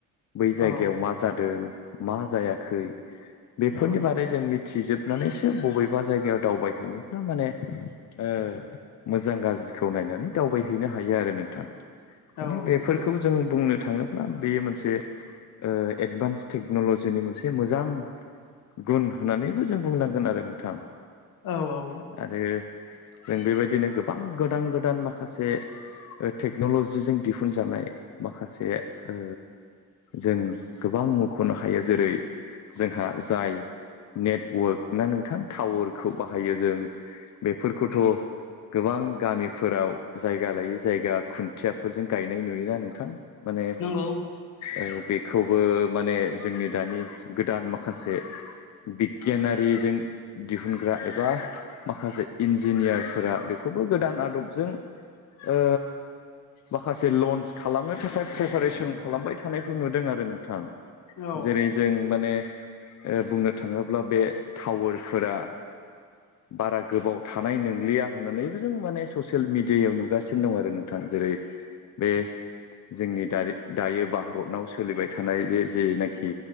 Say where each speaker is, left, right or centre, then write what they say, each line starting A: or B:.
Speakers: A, on the left; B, on the left.
A: बै जायगायाव
B: औ
A: मा जादों मा जायाखै बेफोरनि
B: औ
A: बारै जों मि थिजोबनानैसो बबेबा जायगायाव दावबायहैनोब्ला माने ओ मोजां गाज्रि खौ नायनानै दावबायहैनो हायो आरो नोंथां माने
B: औ
A: बेफोरखौ
B: नंगौ
A: जों बुंनो थाङोब्ला बेयो मोनसे ओ एडभान्स टेक्न'ल'जिनि मोनसे मोजां गुन होननानैबो जों बुंनांगोन आरो नोंथां
B: औ औ
A: आरो जों बेबायदिनो गोबां गोदान गोदान माखासेे ओ टेख न'लजिजों दिहुनजानाय माखासे ओ जों गोबां मुंख'नो हायो जेरै जोंहा जाय नेटवार्क ना नोंथां टावारखौ बाहायो जों बेफोरखौथ' गोबां गामिफोराव जायगा लायै जायगा खुन थियाफोरजों गायनाय नुयो आरो नोंथां माने
B: नंगौ
A: ओ बे खौबो माने जोंनि दानि गोदान माखासे बिगियानारिजों दिहुनग्रा एबा माखासे इन्जिनियारफोरा बे खौबो गोदान आदबजों ओ माखासे लन्स खालामनो थाखाय प्रिपारेसन खालामबाय थानायखौ नुदों आरो नोंथां।
B: औ
A: जेरै जों माने ओ बुंनो थाङोब्ला बे टावार फोरा बारा गोबाव थानाय न लिया होननानैबो जों माने ससियेल मिडियायाव नुगासिनो दं आरो नोंथां जेरै बे जोंनि दानि दायो भारताव सोलिबाय थानाय बे जेनाखि